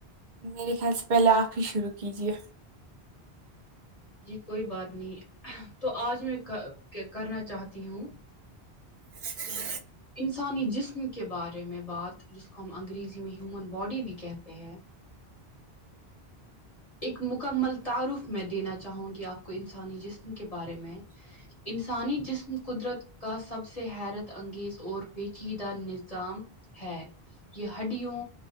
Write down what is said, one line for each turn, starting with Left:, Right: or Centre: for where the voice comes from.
Right: میرے خیال سے پہلے آپ ہی شروع کیجیے
Left: جی کوئی بات نہیں تو آج میں کا کرنا چاہتی ہوں
Right: <unintelligible>
Left: انسانی جسم کے بارے میں بات جس کو ہم انگریزی میں ہیومن باڈی بھی کہتے ہیں ایک مکمل تعارف میں دینا چاہوں گی آپ کو انسانی جسم کے بارے میں انسانی جسم قدرت کا سب سے حیرت انگیز اور پیچیدہ نظام ہے یہ ہڈیوں